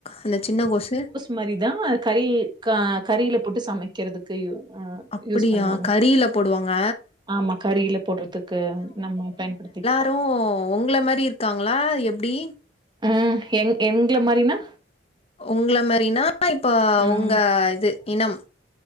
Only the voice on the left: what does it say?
அந்த சின்ன கோசு
அப்டியா
கறில போடுவாங்க
இன்னு உங்கள மாரி இருக்காங்களா எப்டி
உங்கள‌ மாரினா இப்ப
உங்க இது இனம்